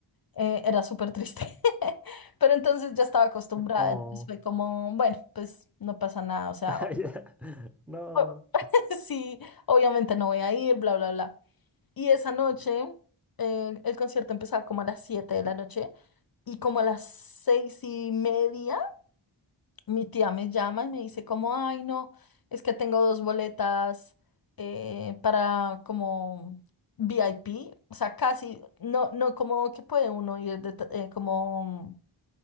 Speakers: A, on the left; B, in the centre.
A: Eh, era súper triste. <laughs> Pero entonces ya estaba acostumbrada,
B: Oh,
A: entonces fue como, bueno, pues no pasa nada, o sea,
B: <laughs> ya, no,
A: <laughs> Sí, obviamente no voy a ir, bla, bla, bla. Y esa noche, eh, el concierto empezaba como a las 7 de la noche y como a las seis y media, mi tía me llama y me dice como, ay, no, es que tengo dos boletas eh, para como VIP, o sea, casi, no, no como que puede uno ir de t- eh, como